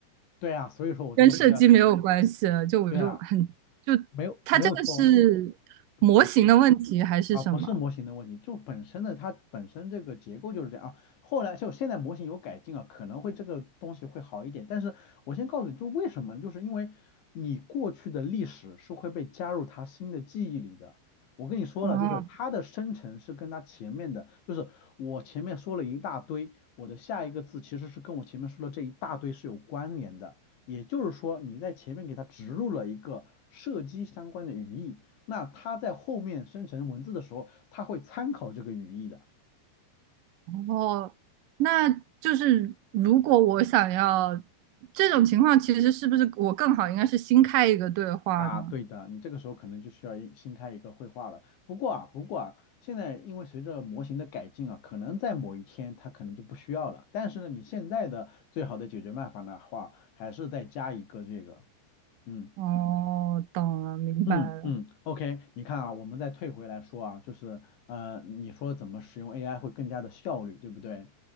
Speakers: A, on the left (about 85°); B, on the right (about 65°).
A: 对呀，所以说我这个时候要，
B: 跟设计没有关系了，就我就很就
A: 对呀，没有没有错哦，
B: 它这个是模型的问题还是什么？
A: 不是。啊，不是模型的问题，就本身的它本身这个结构就是这样啊。后来就现在模型有改进啊，可能会这个东西会好一点。但是我先告诉你，就为什么呢？就是因为你过去的历史是会被加入它新的记忆里的。我跟你说了，
B: 哦
A: 就是它的生成是跟它前面的，就是我前面说了一大堆，我的下一个字其实是跟我前面说的这一大堆是有关联的。也就是说，你在前面给它植入了一个射击相关的语义。那它在后面生成文字的时候，它会参考这个语义的
B: 哦，那就是如果我想要这种情况，其实是不是我更好应该是新开一个对话呢？
A: 啊。对的，你这个时候可能就需要一新开一个绘画了。不过啊，不过啊，现在因为随着模型的改进啊，可能在某一天它可能就不需要了。但是呢，你现在的最好的解决办法的话，还是再加一个这个，嗯。
B: 哦，懂了，明白了，
A: 嗯嗯，OK，你看啊，我们再退回来说啊，就是呃，你说怎么使用 AI 会更加的效率，对不对？